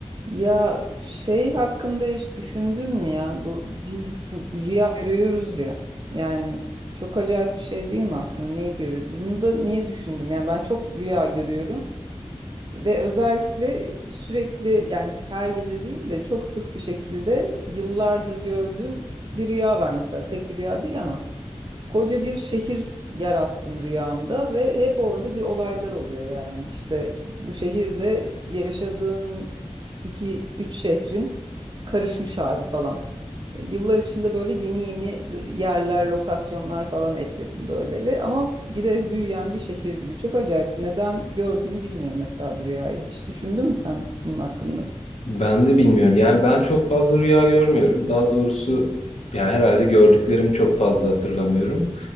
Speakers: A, on the right; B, on the left.
A: Ya şey hakkında hiç düşündün mü ya? Bu biz bu rüya görüyoruz ya. Yani çok acayip bir şey değil mi aslında? Neyi görüyoruz? Bunu da niye düşündüm? Yani ben çok rüya görüyorum. Ve özellikle sürekli yani her gece değil de çok sık bir şekilde yıllardır gördüğüm bir rüya var mesela. Tek bir rüya değil ama koca bir şehir yarattım rüyamda ve hep orada bir olaylar oluyor yani. İşte bu şehirde yaşadığım iki üç şehrin karışmış hali falan. E, Yıllar içinde böyle yeni yeni yerler, lokasyonlar falan ekledim böyle ve ama giderek büyüyen bir şehir gibi. Çok acayip. Neden gördüm bilmiyorum mesela bu rüyayı. Hiç düşündün mü sen bunun hakkında?
B: Ben de bilmiyorum. Yani ben çok fazla rüya görmüyorum. Daha doğrusu yani herhalde gördüklerimi çok fazla hatırlamıyorum.